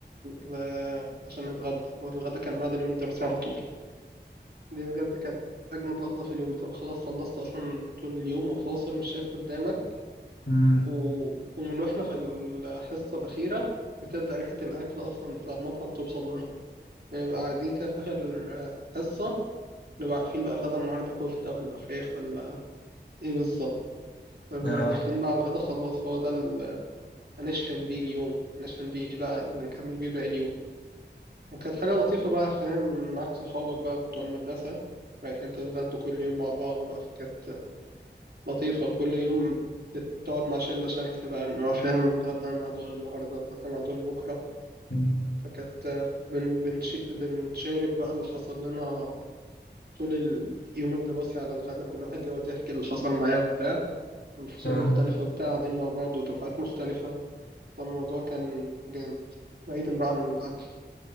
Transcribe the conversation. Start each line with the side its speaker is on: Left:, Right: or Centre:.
Right: ل- عشان نتغدى والغدا كان بعد اليوم الدراسي على طول دي بجد كانت أجمد لحظة في اليوم بتبقى خلاص خلصت أصلا طول اليوم وفاصل مش شايف قدامك
Left: امم
Right: و... ومن وإحنا في الحصة الأخيرة بتبدأ ريحة الأكل أصلا بتاع المطعم توصل لنا نبقى قاعدين كده في آخر آه، حصة نبقى عارفين بقى الغدا النهاردة كفتة ولا فراخ ولا إيه بالظبط فبنبقى
Left: اه
Right: داخلين بقى على الغدا خلاص هو ده اللي هنشحن بيه اليوم هنشحن بيه بقى اللي نكمل بيه باقي اليوم وكانت حاجة لطيفة بقى فاهم معاك صحابك بقى بتوع المدرسة رايحين تتغدوا كل يوم مع بعض بقى فكانت لطيفة وكل يوم تقعد مع شلة شكل بقى إن هو فاهم نتغدى مع دول النهاردة نتغدى مع دول بكرة
Left: مم.
Right: فكانت آه، بن بنش- بنشارك بقى اللي حصل لنا طول اليوم الدراسي على الغدا كل واحد يقعد يحكي اللي حصل معاه وبتاع من فصول
Left: آه.
Right: مختلفة وبتاع قاعدين مع بعض ودفعات مختلفة فالموضوع كان جامد بعيدا بقى عن الأكل